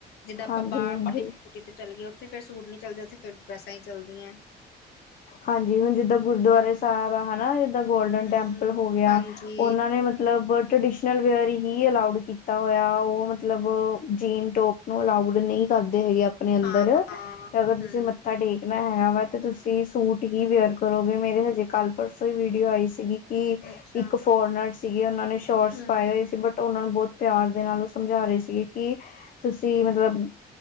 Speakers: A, on the left; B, on the left.
A: ਜਿੱਦਾਂ ਆਪਾਂ
B: ਹਾਂਜੀ
A: ਬਾਹਰ
B: ਹਾਂਜੀ
A: ਪਟੀ ਪਟੀਤ ਚੱਲ ਗਏ, ਉੱਥੇ ਫਿਰ ਸੂਟ ਨੀ ਚਲਦੇ, ਉਥੇ ਫਿਰ ਡਰੈਸਾਂ ਹੀ ਚੱਲਦੀਆਂ।
B: ਹਾਂਜੀ ਹੁਣ ਜਿੱਦਾਂ ਗੁਰਦੁਆਰੇ ਸਾਹਿਬ ਆ, ਹਨਾ ਇ ਜਿਦਾ ਗੋਲਡਨ
A: ਹੂੰ,
B: ਟੈਂਪਲ ਹੋ ਗਿਆ,
A: ਹਾਂਜੀ,
B: ਉਹਨਾਂ ਨੇ ਮਤਲਬ ਟ੍ਰਡੀਸ਼ਨਲ ਵੇਅਰ ਹੀ ਅਲਾਊਡ ਕੀਤਾ ਹੋਇਆ, ਉਹ ਮਤਲਬ ਜੀਨ ਟੋਪ ਨੂੰ ਅਲਾਊਡ ਨੀ ਕਰਦੇ ਹੈਗੇ ਆਪਣੇ ਅੰਦਰ,
A: ਹਾਂ-ਹਾਂ, ਹੂੰ।
B: ਅਗਰ ਤੁਸੀਂ ਮ ਮੱਥਾ ਟੇਕਣਾ ਹੈਗਾ ਵਾ, ਤੇ ਤੁਸੀਂ ਸੂਟ ਹੀ ਵੇਅਰ ਕਰੋਗੇ, ਮੇਰੇ ਹਜੇ ਕੱਲ ਪਰਸੋਂ ਹੀ ਵੀਡੀਓ ਆਈ ਸੀਗੀ ਕਿ
A: ਅੱਛਾ,
B: ਇੱਕ ਫੋਰਨਰ ਸੀਗੇ, ਉਹਨਾਂ ਨੇ ਸ਼ੋਰਟਸ
A: ਹੂੰ-ਹੂੰ,
B: ਪਾਏ ਹੋਏ ਸੀ ਬਟ ਬਟ ਉਹਨਾਂ ਨੂੰ ਬਹੁਤ ਪਿਆਰ ਦੇ ਨਾਲ ਉਹ ਸਮਝਾ ਰਹੇ ਸੀਗੇ, ਕਿ ਤੁਸੀਂ ਮਤਲਬ